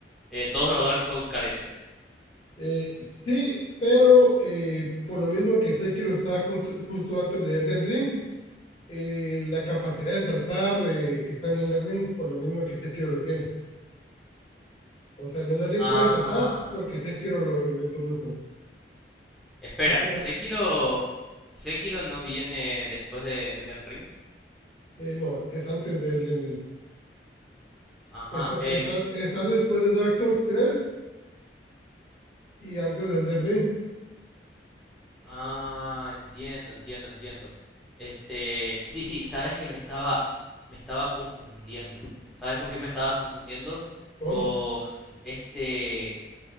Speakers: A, in the centre; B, on the left.
A: Eh, todos los Dark Souls carecen.
B: Eh, sí, pero eh, por lo mismo que Sekiro está justo, justo antes de Elden Ring, eh, la capacidad de saltar eh, está en Elden Ring, por lo mismo que Sekiro lo tiene. O sea, en Elden Ring
A: Ah,
B: puede saltar porque Sekiro lo, lo introdujo.
A: espera,
B: Y por
A: Sekiro,
B: eso-
A: Sekiro no viene después de Elden Ring.
B: eh, no, es antes de Elden Ring.
A: Ajá,
B: Está,
A: em,
B: está, está después de Dark Souls 3 y antes de Elden Ring,
A: ah, entiendo, entiendo, entiendo. Este, sí, sí, sabes que me estaba, me estaba confundiendo. ¿Sabes con qué me estaba confundiendo?
B: con
A: Con este,